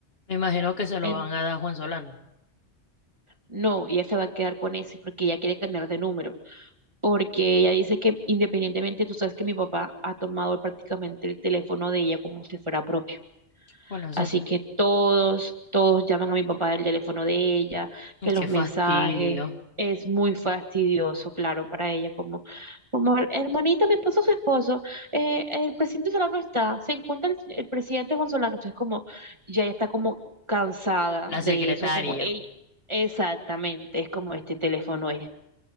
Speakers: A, on the left (about 60°); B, on the right (about 25°).
A: Me imagino que se lo
B: En-
A: van a dar a Juan Solano.
B: no, ella se va a quedar con ese porque ella quiere cambiar de número, porque ella dice que independientemente, tú sabes que mi papá ha tomado prácticamente el teléfono de ella como si fuera propio.
A: Bueno, eso
B: Así
A: sí.
B: que todos, todos llaman a mi papá del teléfono de ella,
A: Y
B: que
A: qué
B: los mensajes
A: fastidio.
B: es muy fastidioso, claro, para ella, como, como hermanita, me esposo, su esposo, eh, el presidente Solano está, se encuentra el, el presidente Juan Solano, entonces como, ya ella está como cansada
A: La
B: de
A: secretaria.
B: eso, como, ey, exactamente, es como este teléfono es